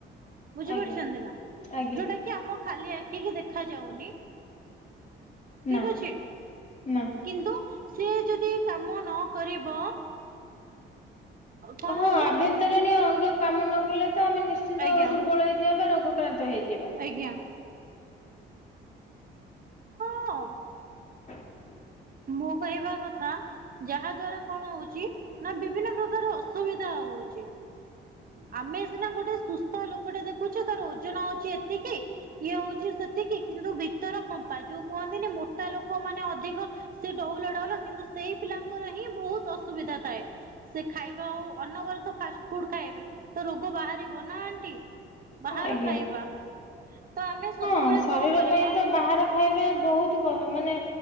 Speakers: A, on the right; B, on the left.
A: ବୁଝି
B: ଆଜ୍ଞା।
A: ପାରୁଛନ୍ତି ନା
B: ଆଜ୍ଞା
A: ଯୋଉଟା କି ଆମ ଖାଲି ଆଖି ଠିକ୍ ଦେଖାଯାଉନି। ଠିକ
B: ନା
A: ଅଛି,
B: ନା।
A: କିନ୍ତୁ ସିଏ ଯଦି କାମ ନ କରିବ କଣ
B: ହଁ
A: ହବ
B: ଆଭ୍ୟନ୍ତରୀଣୀ ଅଙ୍ଗ କାମ ନ କଲେ ତ ଆମେ ନିଶ୍ଚିନ୍ତ
A: ଆଜ୍ଞା
B: ଦୁର୍ବଳ ହେଇଯିବା ବା ରୋଗ ଆକ୍ରାନ୍ତ ହେଇଯିବା।
A: ଆଜ୍ଞା। ହଁ।
B: <inaudible>
A: ମୁଁ କହିବା କଥା ଯାହା ଦ୍ଵାରା କଣ ହଉଛି ନା ବିଭିନ୍ନ ପ୍ରକାର ଅସୁବିଧା ହଉଚି। ଆମେ ସିନା ଗୋଟେ ସୁସ୍ଥ ଲୋକ ଗୋଟେ ଦେଖୁଛ ତାର ଓଜନ ଅଛି ଏତିକି ଇଏ ହଉଛି ସେତିକି କିନ୍ତୁ ଭିତର ଫମ୍ପା ଯୋଉ କୁହନ୍ତିନି ମୋଟା ଲୋକ ମାନେ ଅଧିକ ସେ ଡଉଲ ଡାଉଲ କିନ୍ତୁ ସେଇ ପିଲାଙ୍କର ହିଁ ବହୁତ ଅସୁବିଧା ଥାଏ। ସେ ଖାଇବା ହଉ ଅ ଘରେ ତ ଫାଷ୍ଟ ଫୁଡ ଖାଇବେ ତ ରୋଗ ବାହାରିବ ନା ଆଣ୍ଟି। ବାହାର
B: ଆଜ୍ଞା।
A: ଖାଇବା ତ ଆମେ ସବୁବେଳେ
B: ହଁ ଶରୀର
A: କଣ କରିବା।
B: ପାଇଁ ତ ବାହାର ଖାଇବା ବହୁତ ମାନେ